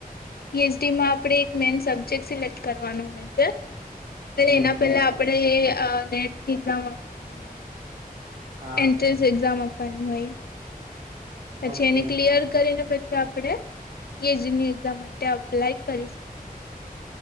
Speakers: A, on the left (about 85°); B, on the right (about 50°).
A: પીએચડી માં આપણે એક મેન સબ્જેક્ટ સિલેક્ટ કરવાનું હોય છે
B: હમ
A: એના પહેલા આપે નેટની એક્ઝામ પાણી હોય.
B: હા
A: એન્ટ્રન્સ એક્ઝામ આપવાની હોય પછી
B: ઓકે
A: એને ક્લિયર કરીને પછી આપણે કેજી ની એક્ઝામ માટે અપ્લાય કરી શકીએ છીએ.